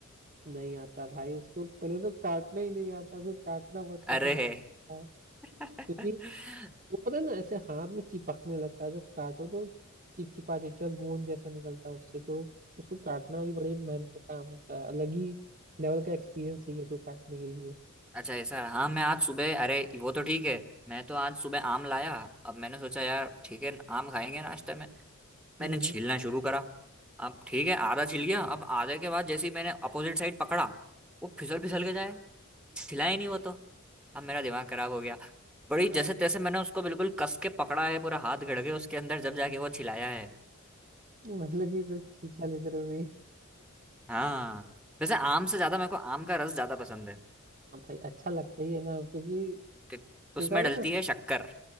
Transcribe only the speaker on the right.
नहीं आता भाई उसको पहले तो काटना ही नहीं आता उसको काटना बहुत
कठिन होता है
क्योंकि वो पता है ना ऐसे हाथ में चिपकने लगता है जब काटो तो चिपचिपा चिपचिपा गोंद जैसा निकलता है उससे तो उसको काटना भी बड़े मेहनत का काम होता है अलग ही लेवल का एक्सपीरियंस चाहिए उसको काटने के लिए
हम्म
हम्म।
मतलब कि सब खींचा लेते रहोगे
हाँ भाई अच्छा लगता ही है ना क्योंकि
सीधा
ना